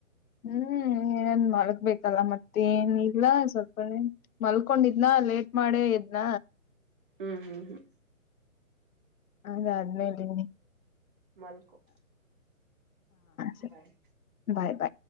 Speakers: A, on the left; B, on the right.
A: ಹ್ಮ್ ಏನ್ ಮಲ್ಗ್ಬೇಕಲ್ಲ ಮತ್ತ ನ್ ಇಲ್ಲ ಸ್ವಲ್ಪ ಮಲ್ಕೊಂಡಿದ್ನ ಲೇಟ್ ಮಾಡೇ ಇದ್ನ
B: ಹ್ಮ್ ಹ್ಮ್ ಹ್ಮ್
A: ಅದೇ ಆದ್ಮೇಲೆ
B: ಮಲ್ಕೋ
A: ಸರಿ
B: ಬಾಯ್
A: ಬಾಯ್ ಬಾಯ್.